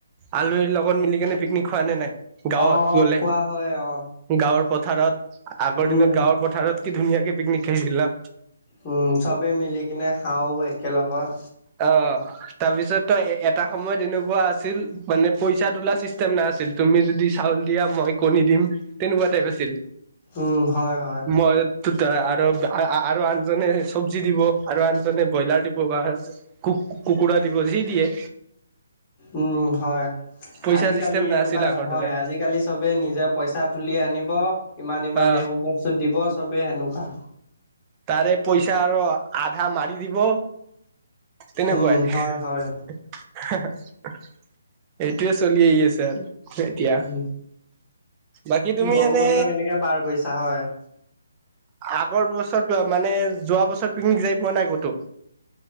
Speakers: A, on the right; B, on the left.
A: আলহীৰ লগত মিলি কেনে পিকনিক খোৱা নে নাই? গাঁৱত
B: অ', অ',
A: গলে।
B: খোৱা হয় অ',
A: গাঁৱৰ পথাৰত আগৰ
B: উম।
A: দিনত গাঁৱৰ পথাৰত কি ধুনীয়াকে পিকনিক খাইছিল ন।
B: উম, চবে মিলি কিনে খাও একেলগত।
A: অ', তাৰপিছত তই এটা সময়ত এনেকুৱা আছিল, মানে পইচা তোলা চিষ্টেম নাআছিল। তুমি যদি চাউল দিয়া মই কণী দিম তেনেকুৱা টাইপ আছিল।
B: উম, হয়-হয়।
A: মই টোত আৰু আ আৰু আনজনে চব্জি দিব আৰু আনজনে ব্ৰইলাৰ দিব বা কু কুকুৰা দিব যি দিয়ে।
B: উম হয়
A: পইচা
B: আজিকালি
A: চিষ্টেম নাছিল
B: এনেকুৱা নহয়
A: আগৰ দৰে
B: আজিকালি চবে নিজে পইচা তুলি আনিব ইমান-ইমান
A: অ
B: এইবোৰ বস্তুত দিব চবেই সেনেকুৱা।
A: তাৰে পইচা আৰু আধা মাৰি দিব। তেনেকুৱাই
B: উম, হয়-হয়।
A: <unintelligible> এইটোয়ে চলি আহি আছে আৰু। এতিয়া
B: উম,
A: বাকী তুমি
B: গৰম
A: এনে
B: বন্ধ কেনেকে পাৰ কৰিছা হয়।
A: আগৰ বছৰত মানে যোৱা বছৰত পিকনিক যাই পোৱা নাই ক'তো?